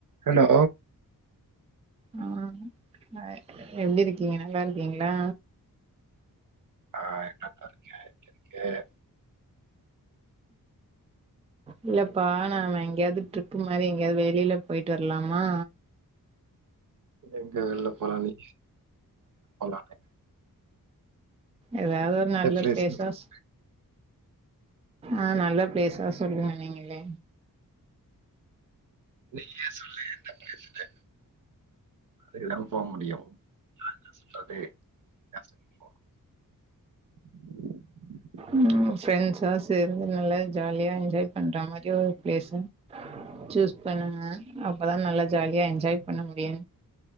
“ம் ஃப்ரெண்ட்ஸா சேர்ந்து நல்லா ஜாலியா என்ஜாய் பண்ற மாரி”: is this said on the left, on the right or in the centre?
Right